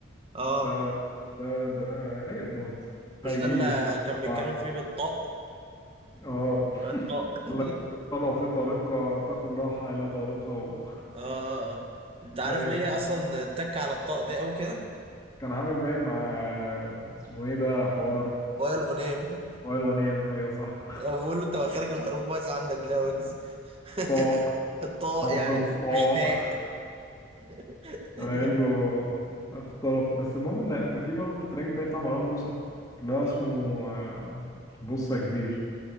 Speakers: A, on the right (about 30°); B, on the left (about 20°).
A: اه
B: ده ده ده رايق موت بتاع
A: مش
B: يجي
A: ده اللي
B: لي يستلم
A: كان بيتكلم
B: الوعد
A: فيه بالطاق
B: اه
A: الطاق <laughs>
B: <laughs> طلقة في طريقة تاخد راحة إلى طريقة و...
A: اه انت عارف
B: رايقة
A: ليه اصلا اتك على الطاق دي قوي كده
B: كان عامل باين مع اسمه ايه ده حوار
A: وائل غنيم
B: وائل غنيم ايوه صح
A: <laughs> هو بيقول له انت مخارج الحروف بايظ عندك ليه يا ويجز
B: <laughs>
A: <laughs>
B: طاء
A: الطاق
B: حرف
A: يعني
B: الطاء
A: مش تاء <laughs>
B: <laughs> انا قايل له اخد طرف بس المهم ان في برضه التراك التاني بتاع مروان موسى اللي هو
A: آه.
B: اسمه آه، بص يا كبير